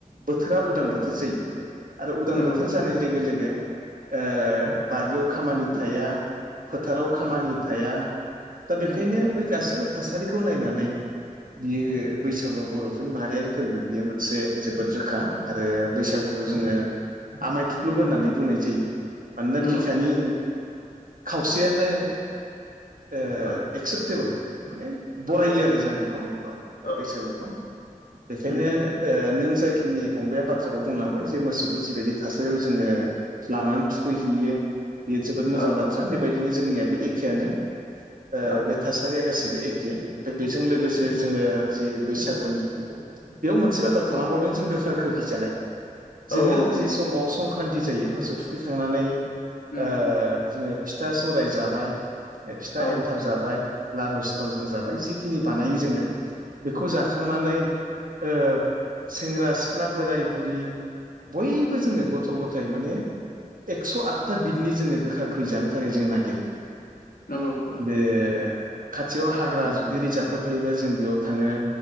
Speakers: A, on the right; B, on the left.
A: बोथोरा उदां बोथोर जायो आरो उदां
B: नंगौ
A: बोथोर जानाय लोगो लोगो ओ बारियाव खामानि थाया फोथाराव खामानि
B: उम
A: थाया दा बेखायनो
B: उम
A: बै बे गासिबो थासारिखौ नायनानै बियो बैसागुआव बर'फोरनि माहारियारि फोरबो बियो मोनसे जोबोद रोखा आरो बैसागुखौ जोङो आमाय थुख्लबो होननानै बुंनाय जायो। मानोना
B: नंगौ
A: बिखानि खावसेयानो ओ
B: औ
A: एक्सेप्टेबोल माने बरायो
B: खोनाबाय
A: आरो जों बेखौ औ बे
B: औ
A: बैसागुखौ बेखायनो
B: उम
A: ओ नों जायखिनि फंबाया बाथ्राखौ बुंलांबाय जे मोसौखौ जिबायादि थासारिआव जोङो लांनानै‌ थुखै हैयो बेयो जोबोद मोजां
B: औ
A: बाथ्रा बेबायदिनो जोंनिआ बे एखेयानो ओ
B: औ
A: बे थासारिआ गासिबो एखे दा बेजों लोगोसे जोङो जि बैसागुनि बेआव मोनसे बाथ्रा थालांबावदों जों गोखा गोखै जानाय जोङो
B: औ
A: जि
B: नंगौ
A: समाव संक्रान्ति संक्रान्ति जायो मोसौ थुखैखांनानै ओ
B: उम उम
A: जोङो फिथा सौराय जाबाय ए फिथा
B: औ
A: एनथाब जाबाय लारु सिथाव जों जाबाय जिखिनि बानायो जोङो बेखौ जाखांनानै ओ सेंग्रा सिख्ला बोराय बुरि बयबो जोङो गथ' गथाइ माने एक्स' आतथा बिदनि जोङो गोखा गोखै जानो थाखाय जों नागिरो
B: नंगौ नोंथां
A: बे खाथिआव हाग्रा जुदि रिजार्भफोर थायोबा जों बेआव थाङो